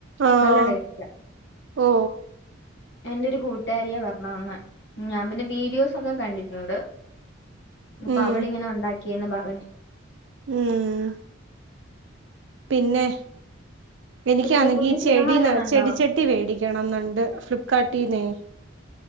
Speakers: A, on the right; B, on the left.
A: ആഹ്
B: നല്ലടേസ്റ്റാ
A: ഓ
B: എന്റെ ഒരു കൂട്ടുകാരിയ പറഞ്ഞ തന്നെ ഞാൻ പിന്നെ വീഡിയോസൊക്കെ കണ്ടിട്ടുണ്ട് അപ്പൊ
A: ഉം
B: അവളിങ്ങനെ ഉണ്ടാക്കിയന്ന് പറഞ്ഞു
A: ഉം.... പിന്നെ എനിക്കാണെങ്കിൽ
B: പിന്നെ നീ പുതിയ സിനിമ വല്ലോം കണ്ടോ
A: ചെടി ച മേടിക്കണം എന്നുണ്ട് ഫ്ലിപ്കാർട്ടീന്നെ